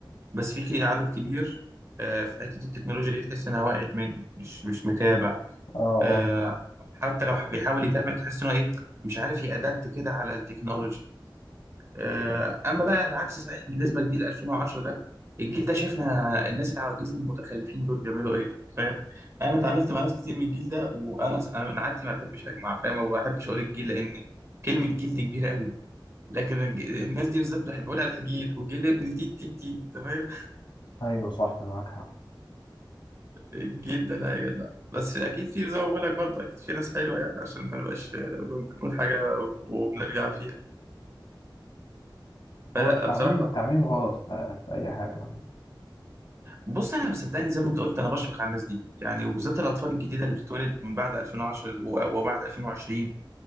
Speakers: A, on the right; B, on the left.
A: بس في كي- عدد كبير آه، في حته التكنولوجيا دي تحس انها وقعت منه مش مش متابع
B: اه
A: آه،
B: اه
A: حتى لو بيحاول يتابع تحس انه ايه مش عارف يأدبت كده على التكنولوجي آه، اما بقى العكس صحيح بالنسبه لجيل 2010 ده الجيل ده شفنا الناس العواجيز المتخلفين دول بيعملوا ايه فاهم انا اتعاملت مع ناس كتير من الجيل ده وانا انا من عادتي ما بحبش اجمع فاهم وما بحبش اقول الجيل لان كلمه جيل دي كبيره قوي لكن الج- الناس دي بالذات بحب اقول عليها جيل وجيل ابن تيت تيت تيت تمام
B: ايوه صح معاك حق
A: جدا لا يا جدع بس اكيد في زي ما بقول لك برضه اكيد في ناس حلوه يعني عشان ما نبقاش آه، بنقول حاجه وبنرجع فيها فلا
B: هو التعميم
A: بصراحه
B: التعميم غلط في, في أي حاجة عامة
A: بص انا صدقني زي ما انت قلت انا بشفق على الناس دي يعني وبالذات الاطفال الجديده اللي بتتولد من بعد 2010 و- وبعد 2020